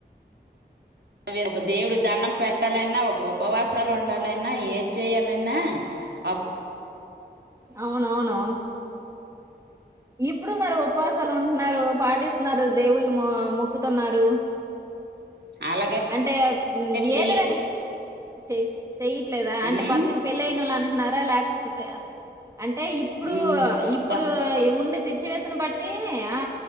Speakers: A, on the right; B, on the right.
A: అ ఒక దేవుడు దండం పెట్టాలన్నా ఒక ఉపవాసాలు ఉండాలన్నా ఏద్ చెయాలన్నా అప్
B: అవునవును ఇప్పుడు మరి ఉపవాసాలు ఉంటన్నారు పాటిస్తున్నారు దేవుళ్ళు మొ మొక్కుతున్నారు
A: అలాగే
B: అంటే
A: చెయ్యలే
B: ఏ విధంగా చె చెయట్లేదా అంటే
A: ఉమ్
B: కొత్తగా పెళ్ళైనోళ్ళు వ. అంటున్నారా లే తే అంటే ఇప్పుడు
A: ఉమ్
B: ఇప్పుడు
A: కొ
B: ఉండే సిచ్యువేషన్ బట్టి ఆ